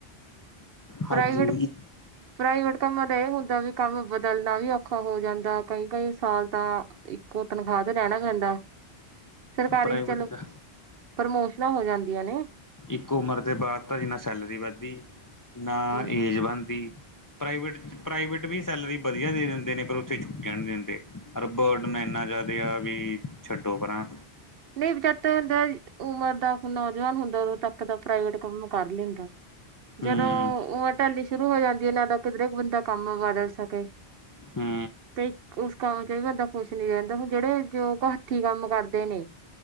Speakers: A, on the right; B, on the left.
A: ਪ੍ਰਾਈਵੇਟ
B: ਹਾਂਜੀ
A: ਪ੍ਰਾਈਵੇਟ ਕੰਮਾਂ ਦਾ ਇਹ ਹੁੰਦਾ ਵੀ ਕੰਮ ਬਦਲਣਾ ਵੀ ਔਖਾ ਹੋ ਜਾਂਦਾ। ਕਈ-ਕਈ ਸਾਲ ਤਾਂ ਇੱਕੋ ਤਨਖਾਹ ਤੇ ਰਹਿਣਾ ਪੈਂਦਾ। ਸਰਕਾਰੀ
B: ਪ੍ਰਾਈਵੇਟ
A: ਚ ਚਲੋ,
B: ਦਾ
A: ਪ੍ਰਮੋਸ਼ਨਾਂ ਹੋ ਜਾਂਦੀਆਂ ਨੇ।
B: ਇੱਕ ਉਮਰ ਦੇ ਬਾਅਦ ਤਾਂ ਜੀ ਨਾ ਸੈਲਰੀ ਵੱਧਦੀ, ਨਾ
A: ਹੂੰ
B: ਏਜ ਬਣਦੀ। ਪ੍ਰਾਈਵੇਟ ਚ ਪ੍ਰਾਈਵੇਟ ਵੀ ਸੈਲਰੀ ਵਧੀਆ ਦੇ ਦਿੰਦੇ ਨੇ ਪਰ ਉੱਥੇ ਛੁਟੀਆਂ ਨਹੀਂ ਦਿੰਦੇ। ਪਰ ਬਰਡਨ ਇੰਨਾ ਜ਼ਿਆਦਾ ਆ ਵੀ ਛੱਡੋ ਪਰਾਂ,
A: ਨਹੀ ਜਦ ਬੰਦਾ ਉਮਰ ਦਾ ਨੌਜਵਾਨ ਹੁੰਦਾ ਉਦੋਂ ਤੱਕ ਤਾਂ ਪ੍ਰਾਈਵੇਟ ਕੰਮ ਕਰ ਲੈਂਦਾ। ਜਦੋਂ
B: ਹੂੰ,
A: ਉਮਰ ਟਲਣੀ ਸ਼ੁਰੂ ਹੋ ਜਾਂਦੀ ਹੈ ਨਾ ਤਾਂ ਕਿਧਰੇ ਕੁ ਬੰਦਾ ਕੰਮ ਬਦਲ ਸਕੇ।
B: ਹੂੰ,
A: ਤੇ ਕੁ ਕੰਮ ਚ ਵੀ ਬੰਦਾ ਖੁਸ਼ ਨੀ ਰਹਿੰਦਾ ਹੁਣ ਜਿਹੜੇ ਜੋ ਕੁ ਹੱਥੀ ਕੰਮ ਕਰਦੇ ਨੇ।